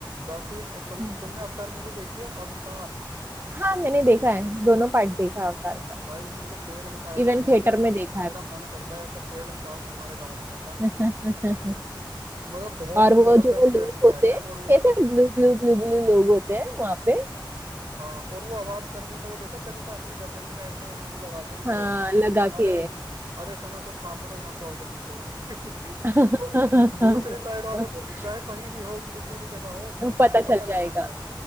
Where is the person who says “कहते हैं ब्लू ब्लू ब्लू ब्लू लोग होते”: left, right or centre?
Right